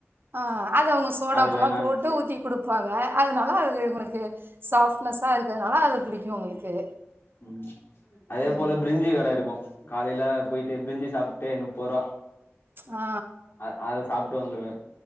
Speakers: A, on the right (about 50°); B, on the left (about 55°).
A: ஆ அது அவங்க சோடா
B: அதுல
A: உப்புல்லா
B: நாலு
A: போட்டு
B: இட்லி
A: ஊத்தி குடுப்பாங்க அதனால அது உனக்கு சாஃப்ட்னஸா இருக்கிறதுனால அது புடிக்கும் உங்களுக்கு
B: ம் அதே
A: ம்.
B: போல பிரிஞ்சி கட இருக்கும் காலையில போயிட்டு பிரிஞ்சி சாப்ட்டு முப்போர்வா
A: ஆ
B: அ அத சாப்ட்டு வந்துருவ